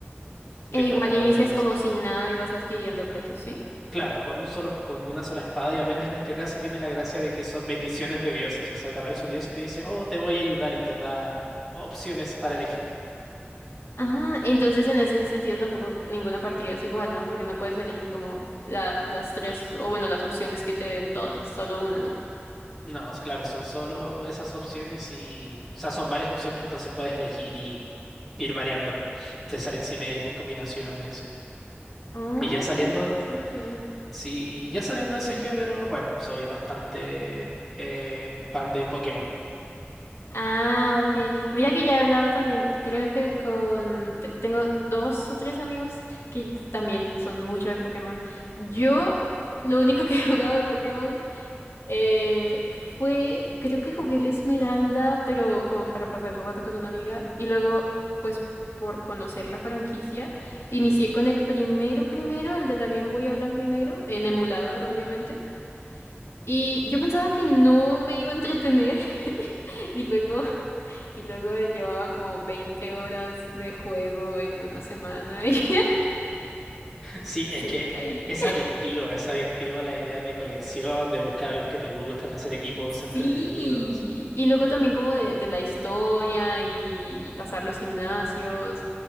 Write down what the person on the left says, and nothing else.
E
igual inicias
como sin nada y vas adquiriendo objetos, ¿sí?
Ah, entonces en ese sentido tampoco ninguna partida es igual, ¿no? Porque no puedes elegir como la- las tres, o bueno, las opciones que te den todas, solo una, ¿no?
Oh,
qué interesante.
Ah, ok. Mira que ya he hablado también, creo que con... te- Tengo dos o tres amigos que también son mucho de Pokémon. Yo, lo único que he jugado de Pokémon Eh, fue, creo que jugué el Esmeralda, pero como para pasar el rato con una amiga. Y luego, pues por conocer la franquicia, inicié con el primero, primero, el de la Game Boy a blanco y negro, en emulador, obviamente. Y yo pensaba que no me iba a entretener. <laughs> Y luego, y luego llevaba como 20 horas de juego en una semana. <laughs> Y
sí,
caí.
Sí, y luego también como de, de la historia y, y pasar los gimnasios.